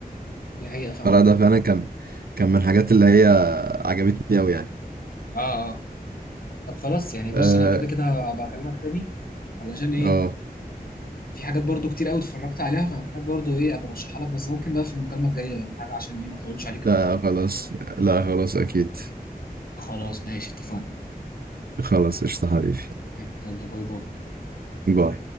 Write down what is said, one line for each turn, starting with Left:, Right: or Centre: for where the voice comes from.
Left: دي حقيقة فعلا
Right: فلا ده فعلا كان كان من الحاجات اللي هي عجبتني قوي يعني
Left: اه اه طب خلاص يعني
Right: اه
Left: بص انا كده كده هبقى اكلمك تاني علشان ايه
Right: آه،
Left: في حاجات برضو كتير قوي اتفرجت عليها فمحتاج برضو ايه ابقى ارشحها لك بس ممكن بقى في المكالمة الجاية ولا حاجة عشان ايه ما اطولش عليك
Right: لا
Left: قوي
Right: خلاص لا خلاص اكيد
Left: خلاص ماشي اتفقنا
Right: خلاص قشطه حبيبي
Left: ماشي يلا باي باي
Right: باي